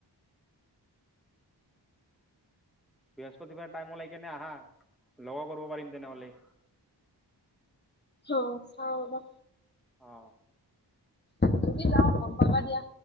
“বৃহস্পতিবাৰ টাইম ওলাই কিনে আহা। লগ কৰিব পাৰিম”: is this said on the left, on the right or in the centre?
Centre